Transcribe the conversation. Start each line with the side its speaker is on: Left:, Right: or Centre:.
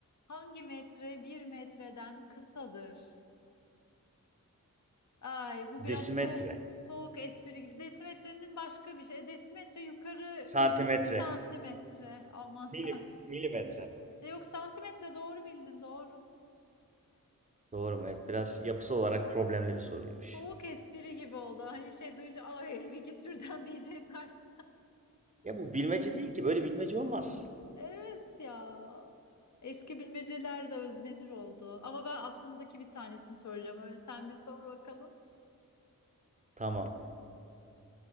Left: Hangi metre bir metreden kısadır? Ay bu biraz
Right: Desimetre,
Left: soğuk soğuk espri gibi. Desimetrenin başka bir şey. E, Desimetre yukarı
Right: santimetre,
Left: santimetre. Aman tanrım.
Right: milim, milimetre.
Left: E, Yok santimetre doğru bildin doğru.
Right: Doğru mu? Evet, biraz yapısal olarak problemli bir soruymuş.
Left: Soğuk espri gibi oldu. Hani şey duyunca ay bir git şuradan <laughs> diyeceğim tarz.
Right: Ya bu bilmece değil ki. Böyle bilmece olmaz.
Left: Evet ya. Eski bilmeceler de özlenir oldu. Ama ben aklımdaki bir tanesini soracağım. Öyle sen bir sor bakalım.
Right: Tamam.